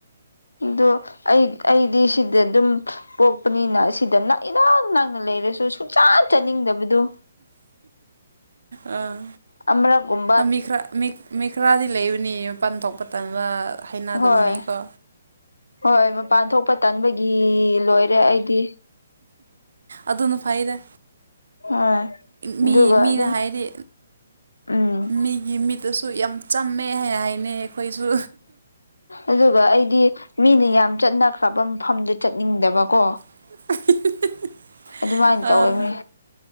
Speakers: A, on the left; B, on the right.
A: ꯑꯗꯣ ꯑꯩ ꯑꯩꯗꯤ ꯁꯤꯗ ꯑꯗꯨꯝ ꯄꯣꯛꯄꯅꯤꯅ ꯑꯁꯤꯗ ꯅꯏꯅꯛ ꯅꯪꯅ ꯂꯩꯔꯁꯨ ꯁꯨꯡꯆꯥꯟ ꯆꯥꯅꯤꯡꯗꯕꯗꯨ
B: ꯑꯥ
A: ꯑꯃꯔꯛꯀꯨꯝ
B: ꯃꯤ ꯈꯔ ꯃꯤ ꯃꯤ ꯈꯔꯗꯤ ꯂꯩꯕꯅꯤ ꯃꯄꯥꯟ ꯊꯣꯛꯄꯇꯅ ꯍꯥꯏꯅꯗꯕ
A: ꯍꯣꯏ
B: ꯃꯤꯀꯣ
A: ꯍꯣꯏ ꯃꯄꯥꯟ ꯊꯣꯛꯄ ꯇꯟꯕꯒꯤ ꯂꯣꯏꯔꯦ ꯑꯩꯗꯤ
B: ꯑꯗꯨꯅ ꯐꯩꯗ
A: ꯍꯣꯏ
B: ꯃꯤ
A: ꯑꯗꯨꯒ
B: ꯃꯤꯅ
A: ꯑꯗꯨꯝ
B: ꯍꯥꯏꯔꯤ
A: ꯎꯝ
B: ꯃꯤꯒꯤ ꯃꯤꯠꯇꯁꯨ ꯌꯥꯝ ꯆꯝꯃꯦ ꯍꯥꯏ ꯍꯥꯏꯅꯦ ꯑꯩꯈꯣꯏꯁꯨ
A: ꯑꯗꯨꯒ ꯑꯩꯗꯤ ꯃꯤꯅ ꯌꯥꯝ ꯆꯠꯅꯈ꯭ꯔꯕ ꯃꯐꯝꯗꯨ ꯆꯠꯅꯤꯡꯗꯕꯀꯣ
B: <unintelligible>
A: ꯑꯗꯨꯃꯥꯏꯅ
B: ꯑꯥ
A: ꯇꯧꯔꯅꯤ